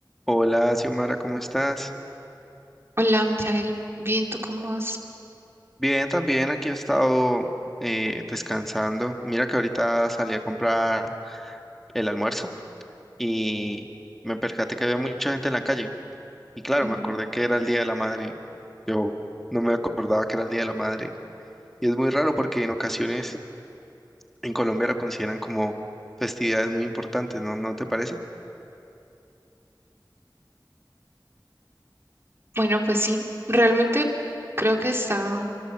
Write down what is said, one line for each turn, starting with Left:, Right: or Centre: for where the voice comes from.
Centre: Hola, Xiomara, ¿cómo estás?
Right: Hola, Michael. Bien, ¿tú cómo vas?
Centre: Bien, también aquí he estado eh, descansando. Mira que ahorita salí a comprar el almuerzo y me percaté que había mucha gente en la calle. Y claro,
Right: Ujú.
Centre: me acordé que era el Día de la Madre. Yo no me acordaba que era el Día de la Madre. Y es muy raro porque en ocasiones en Colombia lo consideran como festividades muy importantes, ¿no? ¿No te parece?
Right: Bueno, pues sí, realmente creo que está